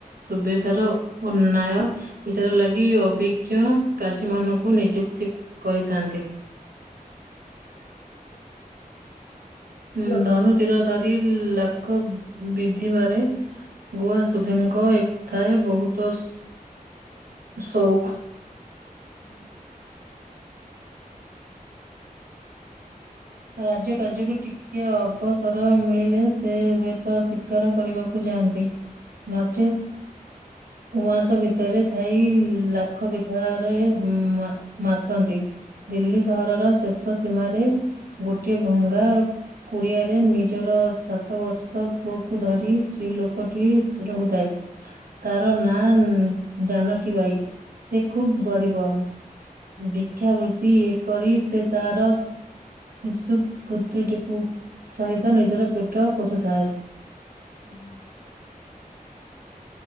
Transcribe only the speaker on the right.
ସୁବେଦାର ଉନାୟ। ବିଚାର ଲାଗି ଅଭିଜ୍ଞ କାଜୀମାନଙ୍କୁ ନିଯୁକ୍ତି କରିଥାନ୍ତି। ହ <inaudible> ଉଁ
ଧନୁ ତୀର ଧରି ଲାଖ ବିଧିବାରେ। ଗୁଆ ସୁଧିନିଙ୍କ ଏକଥାଏ ବହୁତ ସ ସଉକ।
ରାଜ୍ୟ କାର୍ଯ୍ୟରୁ ଟିକିଏ ଅବସର ମିଳିଲେ ସେ ହୁଏତ ଶିକାର କରିବାକୁ ଯାଆନ୍ତି। ନଚେତ୍ ଉଆଁସ ଭିତରେ ଥାଇ ଲାଖ ବିନ୍ଧାରେ ମା ମାତନ୍ତି ଦିଲ୍ଲୀ ସହରର ଶେଷ ସୀମାରେ ଗୋଟିଏ ଭଙ୍ଗା। କୁଡିଆରେ ନିଜର ସାତ ବର୍ଷ ପୁଅକୁୁ ଧରି ସ୍ତ୍ରୀ ଲୋକଟି ରହୁଥାଏ। ତାର ନାଁ ଉଁ ଜାନକୀ ବାଇ ସେ ଖୁବ ଗରିବ। ଭିକ୍ଷାବୃତ୍ତି ଇଏ କରି ସେ ତାରସ ଶିଶୁ ପୁତ୍ରଟିକୁ ସହିତ ନିଜର ପେଟ ପୋଷୁଥାଏ।